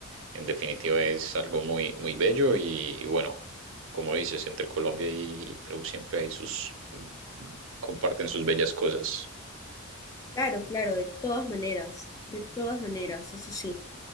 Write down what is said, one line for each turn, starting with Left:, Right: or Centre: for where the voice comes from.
Right: En definitiva, es algo muy, muy bello y, y bueno, como dices, entre Colombia y Perú siempre hay sus, comparten sus bellas cosas.
Left: Claro, claro, de todas maneras, de todas maneras, eso sí.